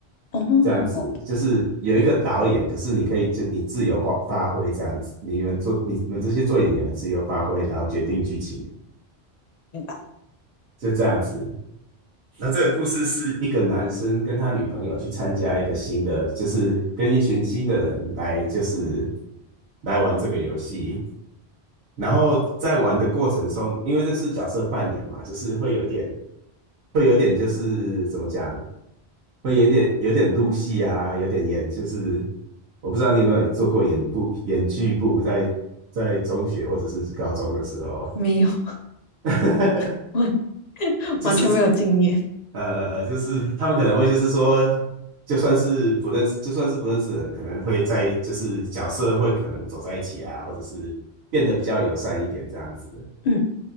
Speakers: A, on the left; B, on the right.
A: 哦
B: 这样子。
A: 我
B: 就是有一个导演，可是你可以就你自由发发挥这样子，你们做你们这些做演员的自由发挥，然后决定剧情，
A: 明白。
B: 就这样子。那这个故事是一个男生跟他女朋友去参加一个新的，就是跟一群新的人来，就是来玩这个游戏。然后在玩的过程中，因为这是角色扮演嘛，就是会有点，会有点就是怎么讲，会有点有点入戏啊，有点演，就是我不知道你有没有做过演部演剧部在，在中学或者是高中的时候，
A: 没有，
B: <laughs>
A: <laughs> 完
B: 就是
A: 完全没有经验。
B: 呃呃，就是他们可能会就是说，就算是不认识，就算是不认识的人，可能会在就是角色会可能走在一起啊，或者是变得比较友善一点这样子。
A: 嗯，